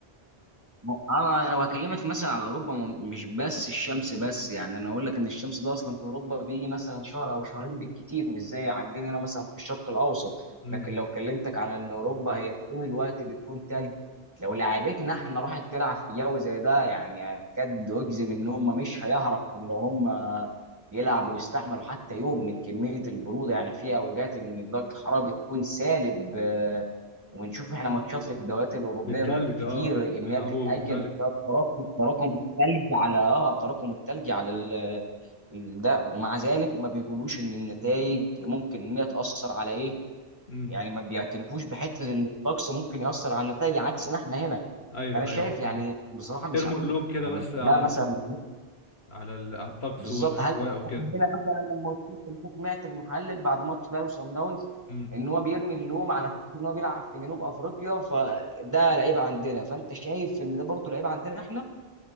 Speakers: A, on the right (about 15°); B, on the left (about 75°).
A: ما- انا لو هكلمك مثلا على اوروبا ما- مش بس الشمس بس يعني انا اقول لك ان الشمس ده اصلا في اوروبا بيجي مثلا شهر او شهرين بالكتير مش زي عندنا هنا مثلا في الشرق الاوسط
B: امم
A: لكن لو كلمتك على ان اوروبا هي طول الوقت بتكون تلج لو لعيبتنا احنا راحت تلعب في جو زي ده يعني اكاد اجزم ان هم مش هيعرفوا ان هم يلعبوا ويستحملوا حتى يوم من كميه البروده يعني في اوجات ان درجه الحراره بتكون سالب آه، وبنشوف احنا ماتشات في الدوريات الاوروبيه
B: بالتلج
A: كتير
B: اه
A: ان
B: بيلعبوا
A: هي بتتاجل
B: تلج
A: بسبب تراكم تراكم الثلج على اه تراكم الثلج على ال- ال- ده ومع ذلك ما بيقولوش ان النتائج ممكن ان هي تاثر على ايه
B: امم
A: يعني ما بيعترفوش بحته ان الطقس ممكن ياثر على النتائج عكسنا احنا هنا
B: ايوه
A: فانا شايف
B: ايوه
A: يعني
B: فهمت
A: بصراحه مش
B: ترموا
A: عارف
B: اللوم كده
A: يعني
B: بس على
A: ده مثلا
B: ال... على ال... على الطقس
A: بالظبط
B: والاجواء
A: هل
B: وكده
A: هنا مثلا لما قلت لك إن أنا سمعت المحلل بعد ماتش الاهلي وصن داونز
B: امم
A: ان هو بيرمي اللوم على فكره ان هو بيلعب في جنوب افريقيا فده لعيبه عندنا فانت شايف ان ده برضه لعيبه عندنا احنا